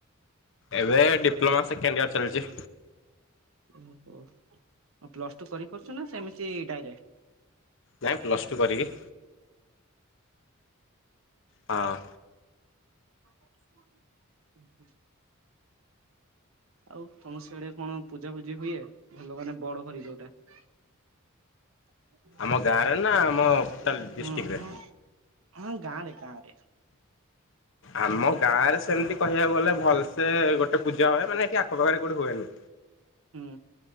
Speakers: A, on the left; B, on the right.
A: ଏବେ ଡିପ୍ଲୋମା ସେକେଣ୍ଡ୍ ଇୟର ଚାଲିଚି।
B: ଓହୋ ଆଉ ପ୍ଲସ ଟୁ କରିକି କରୁଚ ନା ସେମିତି ଡାଇରେକ୍ଟ?
A: ନାଇଁ ପ୍ଲସ୍ ଟୁ କରିକି। ହଁ।
B: ହଁ ଆଉ ତମ ସେଆଡେ କଣ ପୂଜା ପଜି ହୁଏ ଭଲ ମାନେ ବଡ କରି ଯୋଉଟା? <unintelligible>
A: ଆମ ଗାଁରେ ନା ଆମ ଟୋଟାଲ ଡିଷ୍ଟିକରେ?
B: ହଁ ହଁ ହଁ ଗାଁରେ କାଁରେ।
A: ଆମ ଗାଁ ରେ ସେମିତି କହିବାକୁ ଗଲେ ଭଲସେ ଗୋଟେ ପୂଜା ହୁଏ ମାନେ ଏଠି ଆଖ ପାଖରେ କୋଉଠି ହୁଏନି।
B: ହୁଁ।